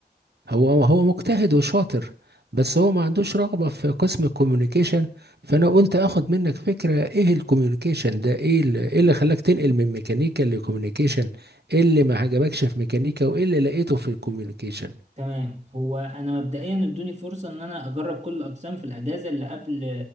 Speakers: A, on the right; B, on the right.
A: هو هو مجتهد وشاطر بس هو ما عندوش رغبه في قسم الكوميونيكيشن فانا قلت اخد منك فكره ايه الكوميونيكيشن ده ايه اللي, إيه اللي خلاك تنقل من ميكانيكا لكوميونيكيشن ايه اللي ما عجبكش في ميكانيكا وايه اللي لقيته في الكوميونيكيشن
B: تمام هو انا مبدئيا ادوني فرصه ان انا اجرب كل الاقسام في الاجازه اللي قبل